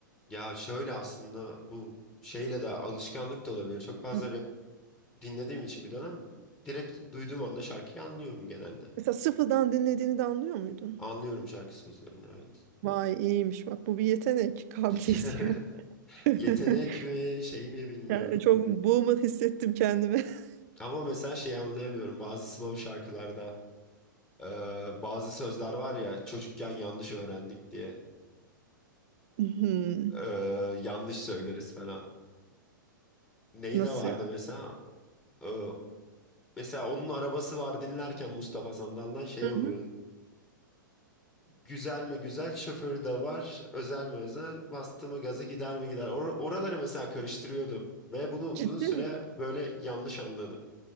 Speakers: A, on the left; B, on the right.
A: ya şöyle aslında bu şeyle de alışkanlık da olabilir. Çok fazla
B: Hı.
A: dinlediğim için bir dönem direkt duyduğum anda şarkıyı anlıyorum genelde.
B: Mesela sıfırdan dinlediğini de anlıyor muydun?
A: Anlıyorum şarkı sözlerini evet.
B: Vay iyiymiş bak bu bir yetenek, kabiliyet.
A: <laughs>
B: Yani
A: Yetenek
B: <laughs>
A: mi şey mi bilmiyorum.
B: Yani çok boomer hissettim kendimi. <laughs>
A: Ama mesela şeyi anlayamıyorum bazı slow şarkılarda eee, bazı sözler var ya çocukken yanlış öğrendik diye
B: Hmm,
A: eee, yanlış söyleriz falan. Neyi
B: Nasıl
A: de vardı
B: ya?
A: mesela Eee, mesela onun arabası var dinlerken Mustafa Sandal'dan şey
B: Hı
A: oluyor.
B: hı.
A: Güzel mi güzel, şoförü de var. Özel mi özel, bastı mı gaza gider mi gider. Or- oraları mesela karıştırıyordum. Ve bunu uzun
B: Ciddi
A: süre
B: misin?
A: böyle yanlış anladım.